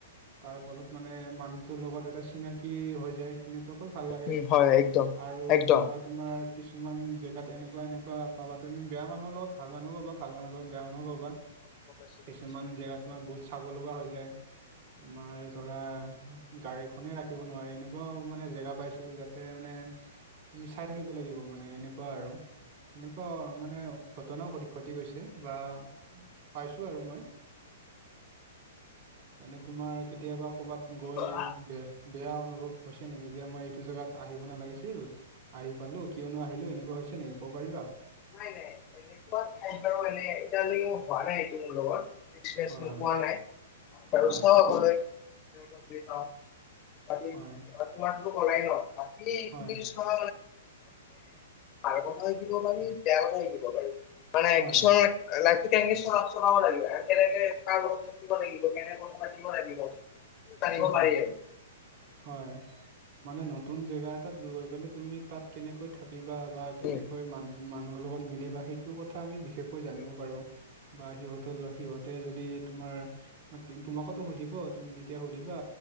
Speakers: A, on the right; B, on the left.
A: তাৰ ফলত মানে মানুহটোৰ লগত এটা চিনাকি হৈ যায়। সনেকুৱাকৈ ভাল লাগে,
B: উম হয় একদম
A: আৰু
B: একদম।
A: ধৰা তোমাৰ কিছুমান জেগাত এনেকুৱা-এনেকুৱা পাবা তুমি বেয়া মানুহৰ লগত ভাল মানুহ পাবা, ভাল মানুহ লগত বেয়া মানুহ পাবা,
B: গম পাইছো গম
A: কিছুমান জেগাত তোমাৰ বহুত চাব লগা হৈ যায়, তোমাৰ ধৰা গাড়ীখনে ৰাখিব নোৱাৰি এনেকুৱাও মানে জেগা পাইছো যাতে মানে তুমি চাই থাকিব লাগিব মানে এনেকুৱা আৰু এনেকুৱা মানে প্ৰতি ক্ষতি গৈছে বা পাইছো আৰু মই। এনেই তোমাৰ কেতিয়াবা কৰ'বাত গৈ
B: পাইছো।
A: বে বেয়া অনুভৱ হৈছে নেকি? যে মই এইটো জেগাত আহিব নালাগিছিল আহি পালোঁ, কিয়নো আহিলোঁ, এনেকুৱা হৈছে নেকি ক'ব পাৰিবা?
B: নাই নাই এনেকুৱা ঠাইত বাৰু এনে এতিয়ালৈ মোৰ হোৱা নাই। মোৰ লগত এক্সপ্ৰইঞ্চটো
A: হয় হয়
B: হোৱা নাই বাৰু
A: হয়
B: চাওঁ আগলৈ। <unintelligible> আজি
A: হয়
B: তোমাৰতো কলাই ন। বাকী এইখিনি
A: হয়
B: চোৱা মানে <unintelligible> বেয়া কথা শিকিব পাৰি, মানে
A: হয়
B: কিছুমান লাগি কেনেকে চ চলাব লাগিব কেনেকে প <inaudible> কিব লাগিব, কেনেক কিব লাগিব, জানিব
A: হয়
B: পাৰি আৰু।
A: হয়। মানে নতুন জেগা এটাত গৈ পেলে তুমি তাত কেনেকৈ থাকিবা বা কেনেকৈ
B: উম উম
A: মানু মানুহৰ লগত মিলে বা সেইটো কথা আমি বিশেষকৈ জানিব
B: উম উম
A: পাৰো বা সিহঁতৰ-সিহঁতে যদি তোমাৰ তোমাকতো সুধিব তুমি এতিয়া সুধিবা